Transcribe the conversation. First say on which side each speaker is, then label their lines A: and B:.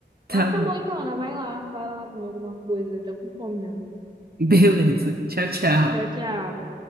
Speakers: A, on the right; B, on the right.
A: Tá
B: Mas tá
A: bom.
B: bom então, Ana, vai lá, vai lá comer alguma coisa, deve tá com fome mesmo.
A: Beleza.
B: <laughs>
A: Tchau, tchau.
B: Tchau, tchau.